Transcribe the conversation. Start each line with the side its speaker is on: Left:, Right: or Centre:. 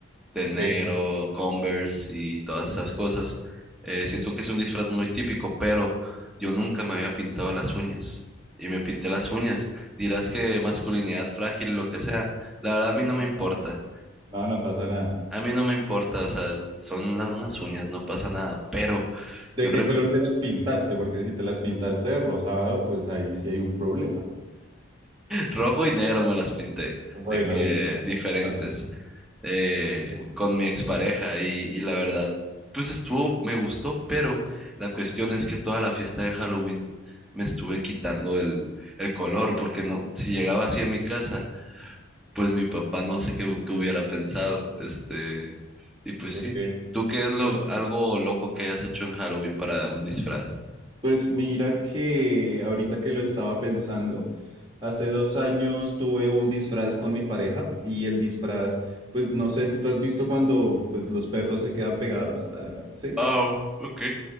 Centre: de
Right: ok,
Centre: negro,
Right: sí.
Centre: Converse y todas esas cosas. Eh, siento que es un disfraz muy típico, pero yo nunca me había pintado las uñas y me pinté las uñas. Dirás que masculinidad frágil, lo que sea. La verdad a mí
Right: No,
Centre: no me importa.
Right: no, no no pasa nada.
Centre: A mí no me importa, o sea, son la- unas uñas, no pasa nada. Pero
Right: ¿De
Centre: yo
Right: qué color te las pintaste? Porque si te las pintaste de rosado, pues ahí sí hay un problema.
Centre: Rojo y negro me las pinté,
Right: Bueno,
Centre: de que
Right: listo.
Centre: diferentes,
Right: Bueno,
Centre: eh,
Right: o-
Centre: con mi expareja y, y la verdad, pues estuvo, me gustó, pero la cuestión es que toda la fiesta de Halloween me estuve quitando el, el color, porque no, si llegaba así a mi casa, pues mi papá no sé qué, qué hubiera pensado, este, y pues
Right: ok.
Centre: sí. ¿Tú qué es lo,
Right: Pues
Centre: algo loco que hayas hecho en Halloween para un disfraz?
Right: pues mira que ahorita que lo estaba pensando, Hace dos años tuve un disfraz con mi pareja y el disfraz, pues no sé si tú has visto cuando pues, los perros se quedan pegados, ah, ¿sí?
Centre: Oh, ok.